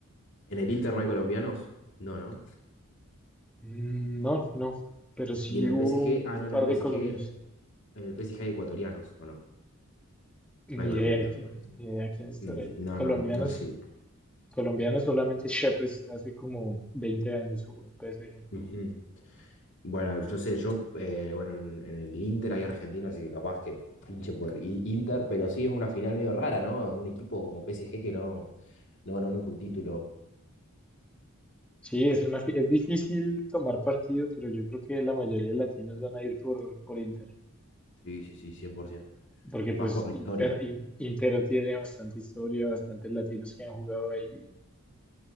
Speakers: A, on the left; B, in the centre.
A: ¿En el Inter no hay colombianos? No, ¿no?
B: Mm, No, no, pero sí
A: ¿Y en el
B: hubo
A: PSG? Ah,
B: un
A: no, en
B: par
A: el
B: de colombianos,
A: PSG, en el PSG hay ecuatorianos, ¿o no? No
B: ni
A: hay colombianos.
B: idea de quién, ni idea de quién estará
A: Mm,
B: ahí.
A: No,
B: Colombianos,
A: no, no, no, sí.
B: colombianos solamente Shepes, hace como 20 años hubo en PSG.
A: Ujú. Bueno, yo sé, yo, eh, bueno, en, en el Inter hay argentino, así que capaz que hinche por I- Inter, pero sí es una final medio rara, ¿no? Un equipo como PSG que no, no ganó nunca un título.
B: Sí, es una, fi- es difícil tomar partido, pero yo creo que la mayoría de latinos van a ir por, por Inter.
A: Sí, sí, sí, 100%.
B: Porque pues
A: Más por la
B: Inter,
A: historia.
B: In- Inter tiene bastante historia, bastantes latinos que han jugado ahí,